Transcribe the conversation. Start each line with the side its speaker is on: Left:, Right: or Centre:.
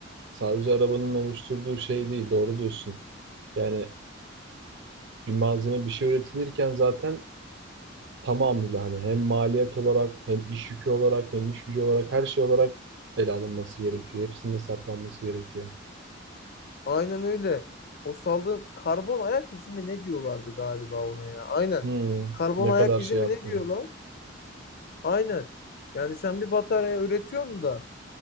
Right: sadece arabanın oluşturduğu şey değil. Doğru diyorsun. Yani bir malzeme bir şey üretilirken zaten tamamıyla hani hem maliyet olarak hem iş yükü olarak hem iş gücü olarak her şey olarak ele alınması gerekiyor. Hepsinin hesaplanması gerekiyor.
Left: Aynen öyle. O saldığın karbon ayak izi mi ne diyorlardı galiba ona ya? Aynen.
Right: Hmm,
Left: Karbon
Right: ne
Left: ayak
Right: kadar
Left: izi
Right: şey
Left: mi
Right: yaptığını.
Left: ne diyorlar? Aynen. Yani sen bir batarya üretiyorsun da